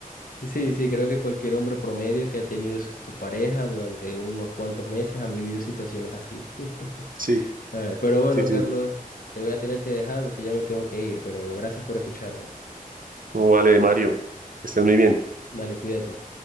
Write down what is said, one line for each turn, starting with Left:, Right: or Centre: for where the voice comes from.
Left: Y sí, sí, creo que cualquier hombre promedio que ha tenido su su pareja durante unos cuantos meses han vivido situaciones así. <laughs>
Right: Sí,
Left: Eh, pero bueno,
Right: sí, sí.
Left: Carlos, te voy a tener que dejar porque ya me tengo que ir, pero gracias por escucharme.
Right: Vale, Mario, que estés muy bien.
Left: Dale, cuídate.